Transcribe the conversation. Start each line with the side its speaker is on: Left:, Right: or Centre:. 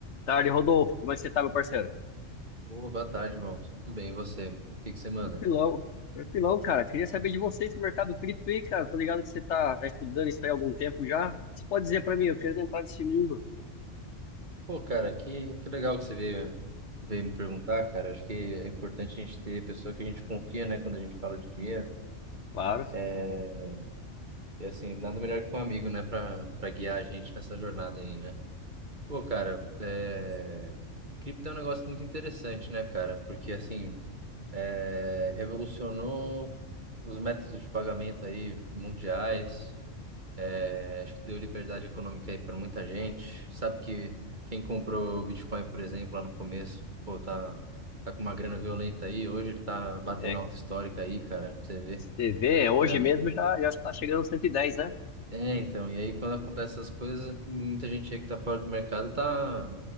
Left: Tarde, Rodolfo. Como é que você tá, meu parceiro?
Right: Ô, boa tarde, irmão. Tudo bem, e você? O que que você manda?
Left: Tranquilão. Tranquilão, cara. Queria saber de você esse mercado cripto aí, cara. Tô ligado que você tá, tá estudando isso aí há algum tempo já. O que você pode dizer pra mim? Eu quero entrar nesse mundo.
Right: Pô, cara, que, que legal que você veio, veio me perguntar, cara. Acho que é importante a gente ter pessoa que a gente confia, né, quando a gente fala de dinheiro.
Left: Claro.
Right: É, e assim, nada melhor que um amigo, né, pra, pra guiar a gente nessa jornada aí, né? Pô, cara, é... cripto é um negócio muito interessante, né, cara? Porque, assim, é, revolucionou os métodos de pagamento aí mundiais. É, acho que deu liberdade econômica aí para muita gente. Sabe que quem comprou o Bitcoin, por exemplo, lá no começo, pô, tá, tá com uma grana violenta aí. Hoje ele tá batendo
Left: É.
Right: alta histórica aí, cara, pra você ver.
Left: Você vê, hoje
Right: Já.
Left: mesmo já, já está chegando aos 110, né?
Right: É, então. E aí, quando acontecem essas coisas, muita gente aí que tá fora do mercado tá.